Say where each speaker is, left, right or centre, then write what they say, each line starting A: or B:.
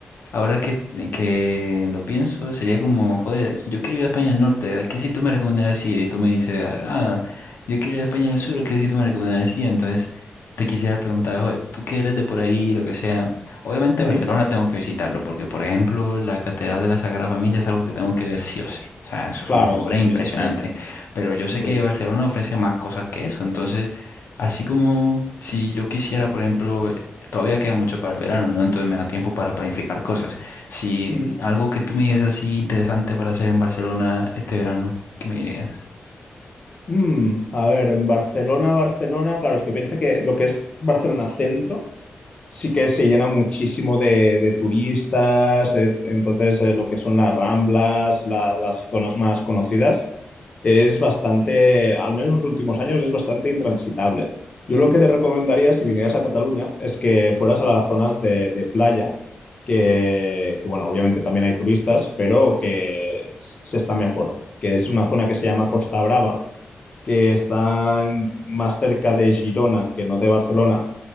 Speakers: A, on the left; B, on the left.
A: Ahora que, que lo pienso, sería como, joder, yo quiero ir a España del Norte, ¿a qué sitio me recomendarías ir? Y tú me dices, ah, yo quiero ir a España del Sur, ¿a qué sitio me recomendarías ir? Entonces te quisiera preguntar, joder, tú que eres de por ahí, lo que sea, obviamente
B: Ujú.
A: Barcelona tengo que visitarlo, porque por ejemplo la Catedral de la Sagrada Familia es algo que tengo que ver sí o sí, o sea, eso es
B: claro,
A: una obra
B: sí,
A: impresionante,
B: sí, es increíble,
A: pero yo
B: es
A: sé
B: increíble.
A: que Barcelona ofrece más cosas que eso, entonces... Así como si yo quisiera, por ejemplo, todavía queda mucho para el verano, ¿no? Entonces me da tiempo para planificar cosas. Si
B: Ujú.
A: algo que tú me dices así interesante para hacer en Barcelona este verano, ¿qué me dirías?
B: Mm, a ver, en Barcelona, Barcelona, claro, es que piensa que lo que es Barcelona centro sí que se llena muchísimo de, de turistas, eh, entonces eh, lo que son las Ramblas, la- las zonas más conocidas, es bastante, al menos los últimos años, es bastante intransitable. Yo lo que te recomendaría si vinieras a Cataluña es que fueras a las zonas de, de playa, que, que bueno, obviamente también hay turistas, pero que s- se está mejor, que es una zona que se llama Costa Brava que está en- más cerca de Girona que no de Barcelona.